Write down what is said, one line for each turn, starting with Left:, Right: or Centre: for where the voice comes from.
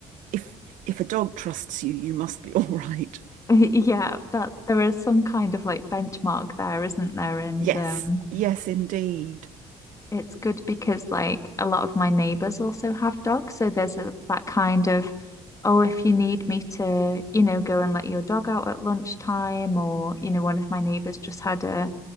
Right: If if a dog trusts you, you must be <laughs> all right.
Left: <laughs> Yeah, that there is some kind of like benchmark there, isn't there? And
Right: Yes,
Left: um,
Right: yes, indeed.
Left: It's good because like a lot of my neighbors also have dogs, so there's a, that kind of, oh, if you need me to, you know, go and let your dog out at lunchtime, or you know, one of my neighbors just had a